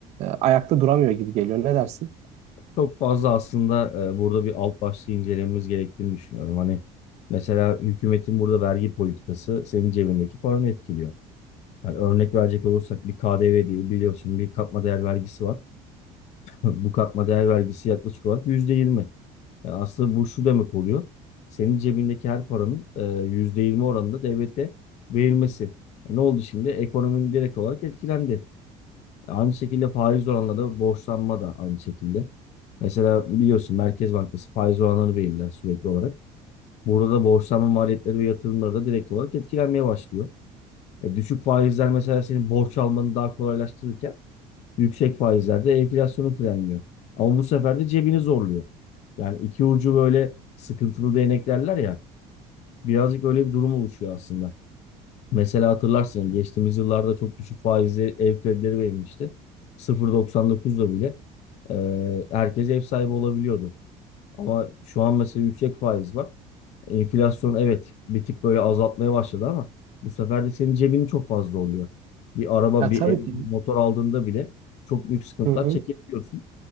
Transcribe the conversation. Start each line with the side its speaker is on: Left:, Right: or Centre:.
Right: ayakta duramıyor gibi geliyor. Ne dersin?
Left: Çok fazla aslında e, burada bir alt başlığı incelememiz gerektiğini düşünüyorum. Hani mesela hükümetin burada vergi politikası senin cebindeki paranı etkiliyor. Hani örnek verecek olursak bir KDV değil biliyorsun bir katma değer vergisi var. <laughs> Bu katma değer vergisi yaklaşık olarak %20. Yani aslında bu şu demek oluyor. Senin cebindeki her paranın e, %20 oranında devlete verilmesi. E, ne oldu şimdi? Ekonominin direkt olarak etkilendi. Aynı şekilde faiz oranları, borçlanma da aynı şekilde. Mesela biliyorsun Merkez Bankası faiz oranları belirler sürekli olarak. Burada da borçlanma maliyetleri ve yatırımları da direkt olarak etkilenmeye başlıyor. E, düşük faizler mesela senin borç almanı daha kolaylaştırırken yüksek faizler de enflasyonu frenliyor. Ama bu sefer de cebini zorluyor. Yani iki ucu böyle sıkıntılı değnek derler ya. Birazcık öyle bir durum oluşuyor aslında. Mesela hatırlarsın geçtiğimiz yıllarda çok düşük faizli ev kredileri verilmişti. 0.99'da bile e, herkes ev sahibi olabiliyordu. Ama şu an mesela yüksek faiz var. Enflasyon evet bir tık böyle azaltmaya başladı ama bu sefer de senin cebini çok fazla oluyor. Bir araba,
Right: Ya
Left: bir
Right: tabii
Left: ev, bir
Right: ki.
Left: motor aldığında bile çok büyük sıkıntılar
Right: Hı hı.
Left: çekebiliyorsun.